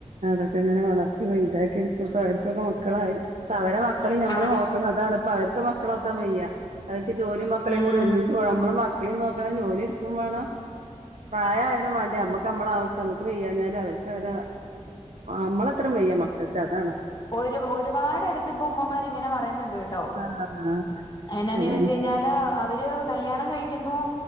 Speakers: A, on the right; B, on the left.
A: അതൊക്കെ ഇങ്ങനെ വളർത്തി വല്താക്കി എട്ത്തപ്പൊ അവർക്കൊക്കെ മക്കളായി ഇപ്പ വരെ മ മക്കളിം നമ്മള്
B: ആഹ്
A: നോക്കണം അതാണ് ഇപ്പ അവർക്ക് മക്കള നോക്കാൻ വയ്യാ അവർക്ക് ജോലി മക്കളേം
B: ഉം
A: കൂടി ഒരുമിച്ച് പോ നമ്മള് മക്ക മക്ക്ളിം നോക്കണം ജോലി ഇട്ക്കും വേണം പ്രായായാലും വാണ്ടേ നമ്മക്ക് നമ്മളവസ്ഥ പ്പമ്മക്ക് വെയ്യാഞ്ഞാല് അവർക്കൊര് അമ്മളത്രിം വെയ്യ മക്കക്ക് അതാണ്.
B: ഒര് ഒരുപാട് എട്ത്ത് ഇപ്പ ഉമ്മമാർ ഇങ്ങനെ പറയ്ന്ന്ണ്ട്ട്ടോ
A: ആഹ്
B: എന്നാന്ന്
A: അതാണ്
B: വെച്ച് കയ്ഞ്ഞാൽ ല്ല അവര് കല്യാണം കഴിക്യുന്നു.